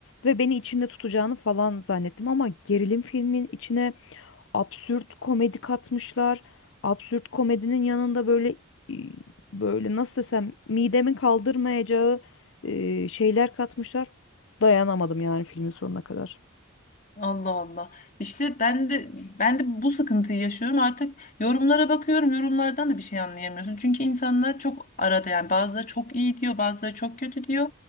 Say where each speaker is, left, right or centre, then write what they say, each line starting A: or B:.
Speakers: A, on the left; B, on the left.
A: ve beni içinde tutacağını falan zannettim ama gerilim filmin içine absürt komedi katmışlar. Absürt komedinin yanında böyle e, böyle nasıl desem midemin kaldırmayacağı e, şeyler katmışlar. Dayanamadım yani filmin sonuna kadar.
B: Allah Allah. İşte ben de ben de bu sıkıntıyı yaşıyorum. Artık yorumlara bakıyorum. Yorumlardan da bir şey anlayamıyorsun. Çünkü insanlar çok arada yani bazıları çok iyi diyor, bazıları çok kötü diyor.